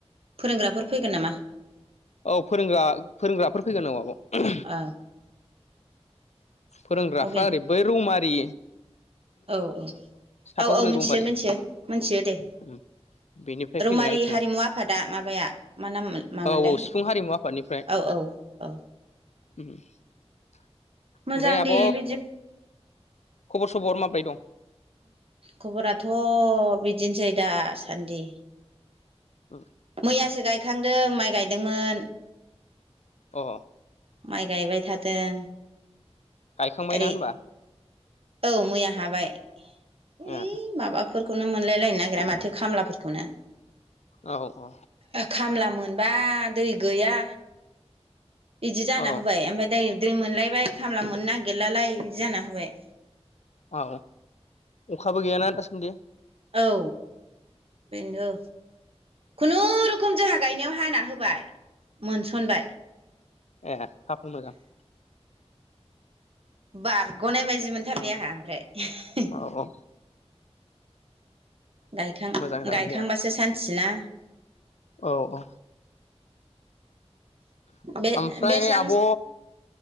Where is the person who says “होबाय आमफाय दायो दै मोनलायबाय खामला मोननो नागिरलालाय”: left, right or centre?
Right